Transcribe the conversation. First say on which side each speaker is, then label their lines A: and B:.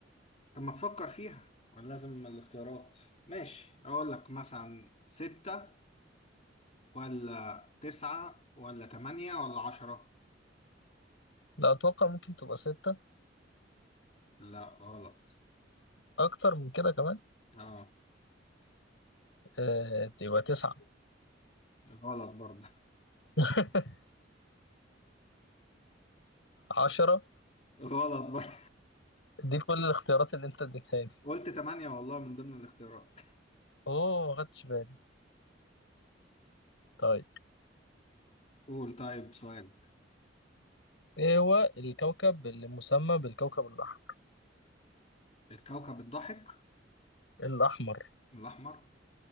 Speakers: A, on the left (about 35°); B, on the left (about 85°).
A: طب ما تفكر فيها ولا لازم الاختيارات ماشي اقول لك مثلا ستة ولا تسعة ولا تمانية ولا عشرة
B: لا اتوقع ممكن تبقى ستة
A: لا غلط
B: اكتر من كده كمان
A: اه
B: آه تبقى تسعة
A: غلط برضه
B: <laughs> عشرة
A: <laughs> غلط برضه
B: دي كل الاختيارات اللي انت اديتها
A: <laughs>
B: لي
A: قلت تمانية والله من ضمن الاختيارات
B: اوه ما خدتش بالي طيب
A: قول طيب سؤالك
B: ايه هو الكوكب اللي مسمى بالكوكب الاحمر
A: الكوكب الضحك
B: الاحمر
A: الأحمر